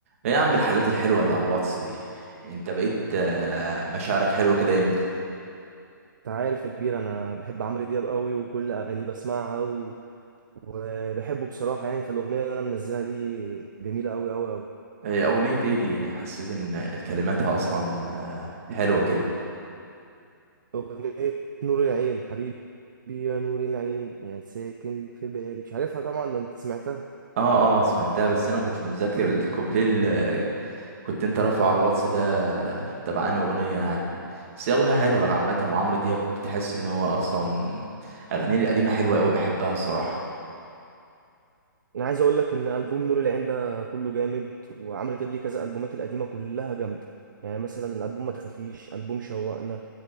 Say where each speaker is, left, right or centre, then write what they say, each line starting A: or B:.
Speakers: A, on the right; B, on the right.
A: ايه يا عم الحالات الحلوة اللي على الواتس دي انت بقيت آه، مشاعرك حلوة كده امتى
B: انت عارف يا كبير انا بحب عمرو دياب قوي وكل اغانيه بسمعها و... وبحبه بصراحه يعني فالاغنيه اللي انا منزلها دي جميله قوي قوي قوي
A: إيه، اغنية ايه دي حسيت ان كلماتها اصلا آه، حلوة كده
B: اغنيه نور العين حبيبي يا نور العين يا ساكن في بالي مش عارفها طبعا ما انت سمعتها
A: اه اه سمعتها بس انا ما كنتش متذكر الكوبليه اللي كنت انت رافعه على الواتس ده تبع انهي اغنية يعني بس هي اغنية حلوة عامة وعمرو دياب بتحس ان هو اصلا اغانيه القديمة حلوة قوي بحبها الصراحة
B: انا عايز اقول لك ان البوم نور العين ده كله جامد وعمرو دياب ليه كذا البومات القديمه كلها جامده يعني مثلا البوم ما تخافيش البوم شوقنا